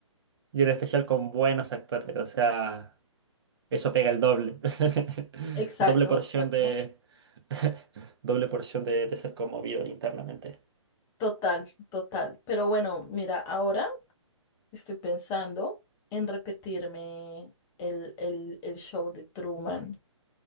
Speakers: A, on the right; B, on the left.
A: Y en especial con buenos actores, o sea, eso pega el doble. <laughs>
B: exacto,
A: Doble porción
B: exacto.
A: de... <laughs> Doble porción de, de ser conmovido internamente.
B: Total, total. Pero bueno, mira, ahora estoy pensando en repetirme el, el, el show de Truman.